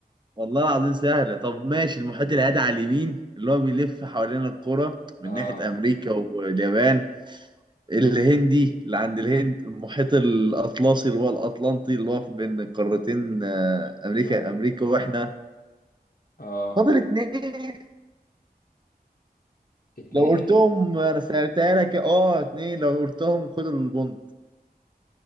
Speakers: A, on the right (about 30°); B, on the left (about 55°).
A: والله العظيم سهلة طب ماشي المحيط الهادي على اليمين اللي هو بيلف حوالين القرى من
B: اه
A: ناحية أمريكا واليابان الهندي اللي عند الهند المحيط الأطلسي اللي هو الأطلنطي اللي هو بين القارتين آه،
B: افريقيا
A: أمريكا أمريكا وإحنا
B: اه
A: فاضل اتنين
B: اتنين
A: لو قلتهم أنا سألتها لك أه اتنين لو قلتهم خد البونت